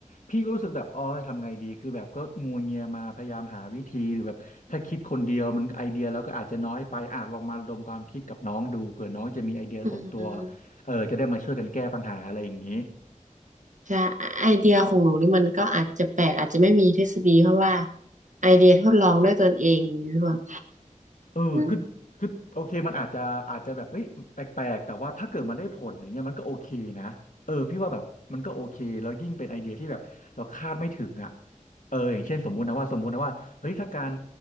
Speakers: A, on the left; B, on the right.
A: พี่ก็รู้สึกแบบอ๋อทำไงดีคือแบบก็งัวเงียมาพยายามหาวิธีหรือแบบถ้าคิดคนเดียวมันไอเดียแล้วก็อาจจะน้อยไปอ่ะลองมาระดมความคิดกับน้องดูเผื่อน้องจะมีไอเดียส่วนตัว
B: อืม
A: เออจะได้มาช่วยกันแก้ปัญหาอะไรอย่างนี้
B: ใช่ไอเดียของหนูนี่มันก็อาจจะแปลกอาจจะไม่มีทฤษฎีเพราะว่าไอเดียทดลองด้วยตนเองอย่างนี้พี่บอล
A: เออคือคือโอเคมันอาจจะอาจจะแบบเอ้ยแปลกๆแต่ว่าถ้าเกิดมันได้ผลอย่างเงี้ยมันก็โอเคนะเออพี่ว่าแบบมันก็โอเคแล้วยิ่งเป็นไอเดียที่แบบเราคาดไม่ถึงอ่ะ
B: อ
A: เอออย่างเช่นสมมุตินะว่าสมมุตินะว่าเฮ้ยถ้าการ